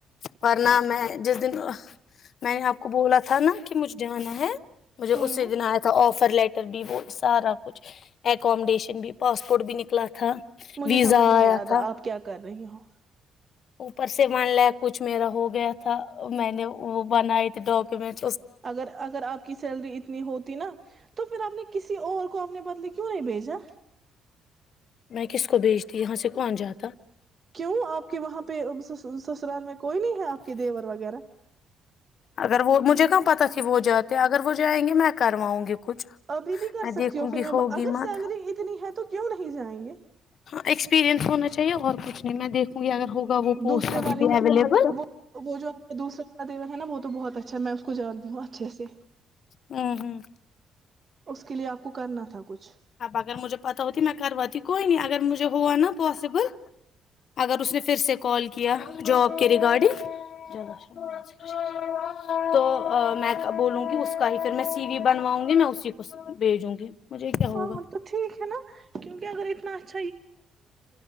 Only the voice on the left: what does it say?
ورنہ میں جس دن میں نے آپ کو بولا تھا نا کہ مجھے جانا ہے مجھے
اسی دن آیا تھا آفر لیٹ ر بھی وہ سارا کچھ اکمیڈیشن بھی پاسپورٹ بھی نکلا تھا
ویزا
آیا
تھا
اوپر سے بن ل کچھ میرا ہو گیا تھا میں نے وہ بنائی تھی ڈاکومنٹ
میں کس کو بھیجتی یہاں سے کون جاتا
اگر وہ مجھے کہاں پتاہ تھی وہ جاتے اگر وہ جائیں گے میں کرواؤں گی کچھ
میں
دیکھوں
گی
ہوگی
مت
ہاں ایکسپییرئنس ہونا چاہیے اور کچھ نہیں میں دیکھوں گی اگر ہوگا وہ پوسٹ
ابھی
بھی
اویلیبل
ہمم ہمم
اب اگر مجھے پت ہوتی میں کرواتی کوئی نہیں اگر مجھے ہوا نا پاسبل اگر اس نے پھر سے کال کیا جوب کے ریگارڈنگ <unintelligible> تو میں بولوں گی اس کا ہی پھر میں سی وی بنواؤں گی میں اسی کو بھیجوں گی مجھے کیا ہوگا